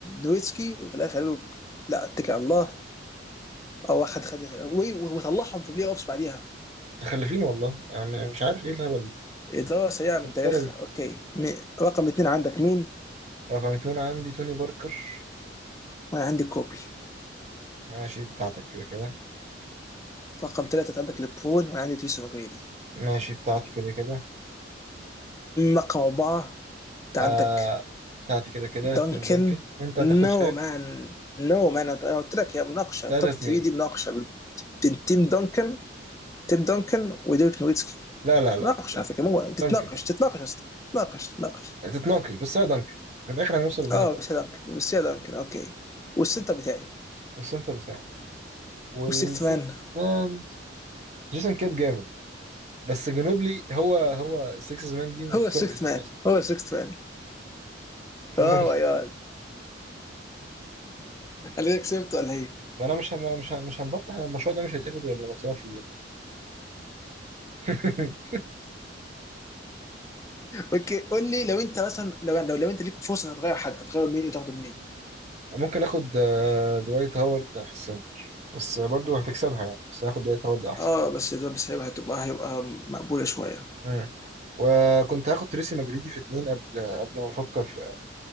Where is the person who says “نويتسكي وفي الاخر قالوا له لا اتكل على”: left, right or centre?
Left